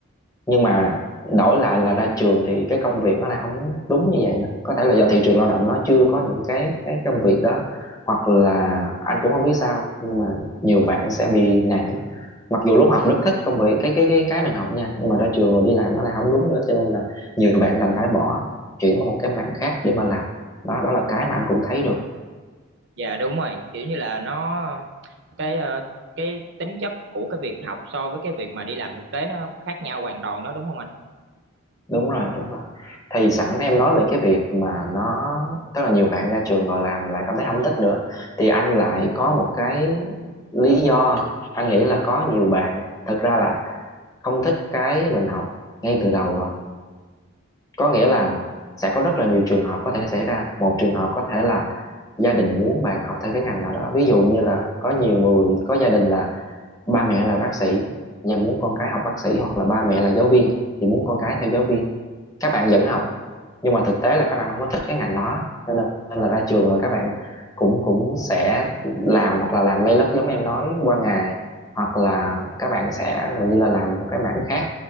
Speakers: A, on the left; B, on the right.
A: nhưng mà đổi lại là ra trường thì cái công việc nó lại không đúng như vậy nữa có thể là do thị trường lao động nó chưa có những cái cái công việc đó hoặc là anh cũng không biết sao nhưng mà nhiều bạn sẽ bị nản mặc dù lúc học rất thích công việc cái cái cái cái mình học nha nhưng mà ra trường rồi đi làm nó lại không đúng nữa cho nên là nhiều bạn đành phải bỏ chuyển qua một cái mảng khác để mà làm đó đó là cái mà anh cũng thấy được
B: dạ đúng rồi kiểu như là nó cái ờ, cái tính chất của cái việc học so với cái việc mà đi làm thực tế nó khác nhau hoàn toàn đó đúng không anh
A: đúng rồi đúng rồi thì sẵn em nói về cái việc mà nó tức là nhiều bạn ra trường rồi làm lại cảm thấy không thích nữa thì anh lại có một cái lý do anh nghĩ là có nhiều bạn thật ra là không thích cái mình học ngay từ đầu rồi có nghĩa là sẽ có rất là nhiều trường hợp có thể xảy ra một trường hợp có thể là gia đình muốn bạn học theo cái ngành nào đó ví dụ như là có nhiều người có gia đình là ba mẹ là bác sĩ và muốn con cái học bác sĩ hoặc là ba mẹ là giáo viên thì muốn con cái theo giáo viên các bạn vẫn học nhưng mà thực tế là các bạn không có thích cái ngành đó cho nên là ra trường rồi các bạn cũng cũng sẽ làm hoặc là làm lây lất giống em nói qua ngày hoặc là các bạn sẽ gần như là làm một cái mảng khác